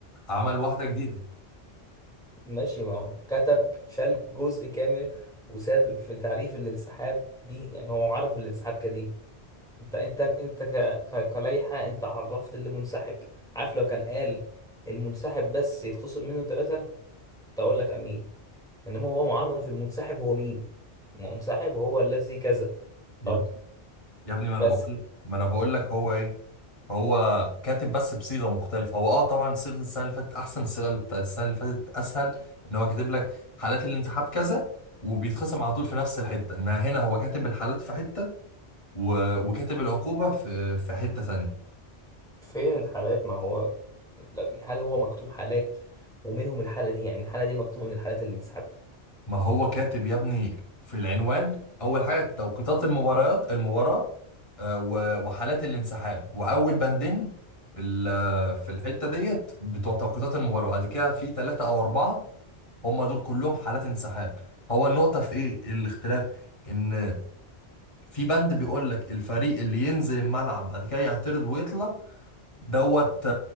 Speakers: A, on the left; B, in the centre.
A: عمل واحدة جديدة
B: ماشي ما هو كتب شال جزء كامل وساب في تعريف الانسحاب دي يعني هو عرف الانسحاب كدي انت انت انت ك... ك... كلائحه انت عرفت اللي منسحب عارف لو كان قال المنسحب بس يتخصم منه ثلاثة تقول لك امين انما هو معرف المنسحب هو مين المنسحب هو الذي كذا
A: يا
B: طب
A: يا ابني ما انا
B: بس
A: بقول ما انا بقول لك هو ايه هو كاتب بس بصيغة مختلفة هو اه طبعا صيغة السنة اللي فاتت احسن الصيغة اللي بتاعت السنة اللي فاتت اسهل ان هو كاتب لك حالات الانسحاب كذا وبيتخصم على طول في نفس الحتة انها هنا هو كاتب الحالات في حتة و... وكاتب العقوبة في في حتة ثانية
B: فين الحالات ما هو لا، هل هو مكتوب حالات ومنهم الحالة دي يعني الحالة دي مكتوبة من الحالات اللي انسحب
A: ما هو كاتب يا ابني في العنوان أول حاجة توقيتات المباريات المباراة آه، و... وحالات الانسحاب وأول بندين في ال... في الحتة ديت بتوع توقيتات المباراة بعد كده في ثلاثة أو أربعة هم دول كلهم حالات انسحاب هو النقطة في إيه الاختلاف إن في بند بيقول لك الفريق اللي ينزل الملعب بعد كده يعترض ويطلع دوت